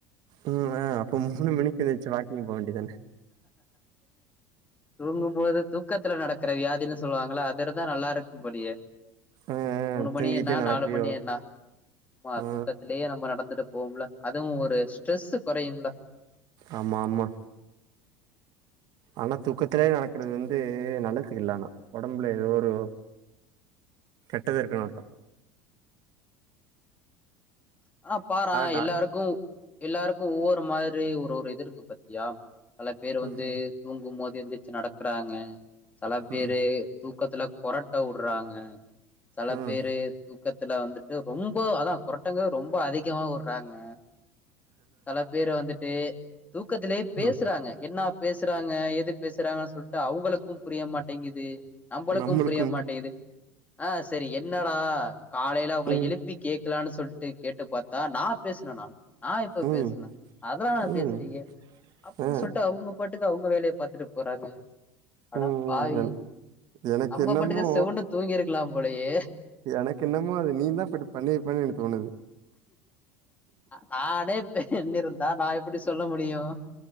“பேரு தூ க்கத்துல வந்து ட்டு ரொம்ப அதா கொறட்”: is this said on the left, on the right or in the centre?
Left